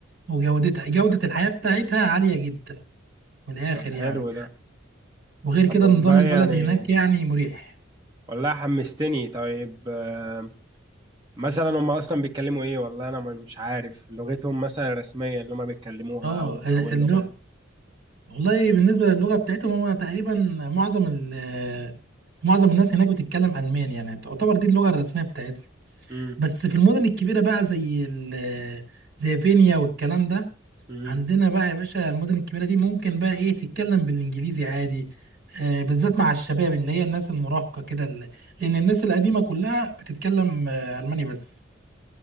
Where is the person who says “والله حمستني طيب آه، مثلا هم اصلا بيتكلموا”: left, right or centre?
Right